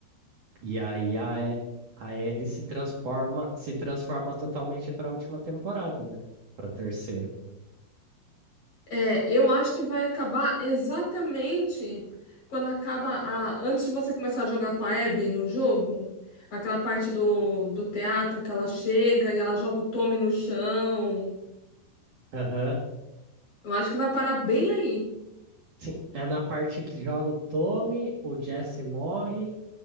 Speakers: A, on the right; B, on the left.
A: E aí a, E- a Ellie se transforma, se transforma totalmente para a última temporada, né? Para terceira.
B: É, eu acho que vai acabar exatamente quando acaba a. Antes de você começar a jogar com a Abby no jogo, aquela parte do, do teatro que ela chega e ela joga o Tommy no chão.
A: Aham.
B: Eu acho que vai parar bem aí.
A: Sim, é na parte que joga o Tommy, o Jesse morre